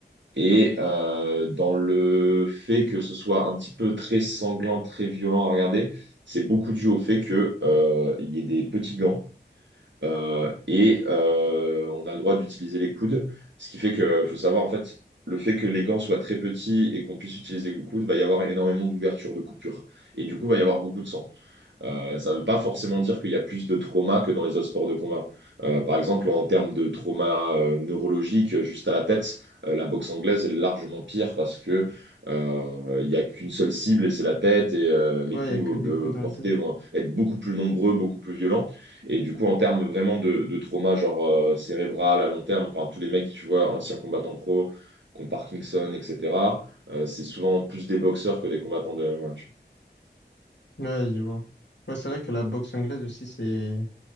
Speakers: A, on the right; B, on the left.
A: et euh, dans le fait que ce soit un petit peu très sanglant, très violent à regarder, c'est beaucoup dû au fait que euh, il y ait des petits gants euh, et euh, on a le droit d'utiliser les coudes, ce qui fait que faut savoir en fait le fait que les gants soient très petits et qu'on puisse utiliser le coude, va y avoir énormément d'ouvertures, de coupures et du coup va y avoir beaucoup de sang. Euh, ça ne veut pas forcément dire qu'il y a plus de trauma que dans les autres sports de combat. Euh, par exemple, en termes de trauma euh, neurologique, juste à la tête, euh, la boxe anglaise est largement pire parce que euh, il n'y a qu'une seule cible et c'est la tête et euh, les
B: Ouais,
A: coups
B: il y a que des
A: euh,
B: coups dans la
A: portés
B: tête.
A: vont être beaucoup plus nombreux, beaucoup plus violents. Et du coup, en termes vraiment de, de trauma, genre euh, cérébral à long terme, enfin tous les mecs, tu vois, anciens combattants pro, qui ont Parkinson, etc., euh, c'est souvent plus des boxeurs que des combattants de MMA.
B: Ouais, je vois. Ouais, c'est vrai que la boxe anglaise aussi, c'est